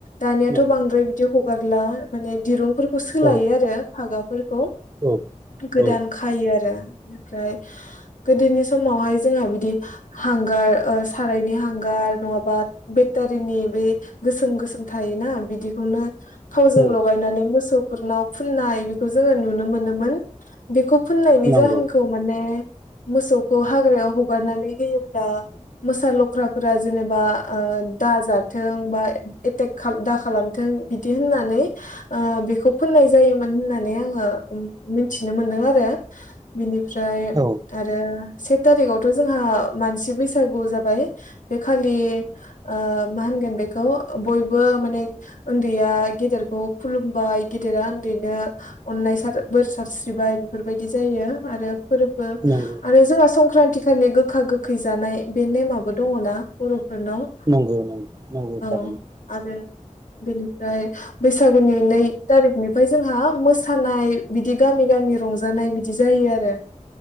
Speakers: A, on the left (about 80°); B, on the right (about 30°).
A: दानियाथ'
B: नंगौ
A: बांद्राय बिदि हगारला माने दिरुंफोर- खौ सोलायो
B: औ
A: आरो फागाफोरखौ
B: औ
A: गोदान
B: औ
A: खायो आरो बेनिफ्राय गोदोनि समावहाय जोंहा बिदि हांगार ओ सारायनि हांगार हांगार नङाबा बेटरिनि बे गोसोम गोसोम थायोना बिदिखौनो थावजों
B: औ
A: लगायनानै मोसौ फोरनाव फुननाय बेखौ जोङो नुनो मोनोमोन बेखौ फुननायनि
B: नंगौ
A: जाहोनखौ माने मोसौखौ हाग्रायाव हगारनानै होयोब्ला मोसा लख्राफोरा जेनेबा ओ दाजाथों बा ए- तेक खा दा खालामथों बिदि होननानै ओ बेखौ फोननाय जायोमोन होननानै आङो मिनथिनो मोनदों आरो बिनिफ्राय
B: औ
A: आरो से थारिखआवथ' जोंहा मानसि बैसागु जाबाय बे खालि ओ मा होन गोन बेखौ बयबो माने ओन्दैया गेदेरखौ खुलुमबाय गेदेरा ओन्दैनो अननाय बोर सारस्रिबाय बेफोरबादि जायो आरो फोरबो
B: नंगौ
A: आरो जोंहा संख्रा संख्रान्थि खालि गोखा गोखै जानाय बे नेमाबो दङना बर'- फोरनाव
B: नंगौ नंगौ नंगौ
A: औ।
B: थारैनो
A: आरो बेनिफ्राय बैसागुनि नै तारिखनि। ओमफाय जोंहा मोसानाय बिदि गामि गामि रंजानाय बिदि जायो आरो।